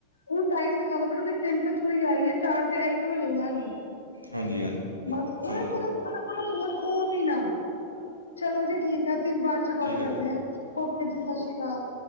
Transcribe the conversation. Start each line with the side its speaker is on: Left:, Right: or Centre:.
Left: ਉਹੂੰ ਟਾਈਮ ਦਿਖਾਦਾ ਬੇਟਾ ਦੇਖ ਤਿੰਨ ਤੇ ਸੂਈ ਆਈਏ ਚਾਰ ਤੇ ਆਏਈ ਤੇ ਮੈਂ ਲੈ ਲਵਾਂਗੀ
Right: ਹਾਂਜੀ ਹਾਂਜੀ
Left: ਬਸ ਫੋਨ
Right: ਚਲੋ
Left: ਓਨਾ ਕੋਲੋ ਖੋ ਵੀ ਨਾ ਚਲੋ ਜੀ ਠੀਕ ਅਸੀਂ ਬਾਅਦ ਚ ਕਾਲ
Right: ਠੀਕ ਹੈ
Left: ਕਰਦੇ
Right: ਜੀ
Left: ਹਾਂ ਓਕੇ ਜੀ ਸਤਿ ਸ਼੍ਰੀ ਅਕਾਲ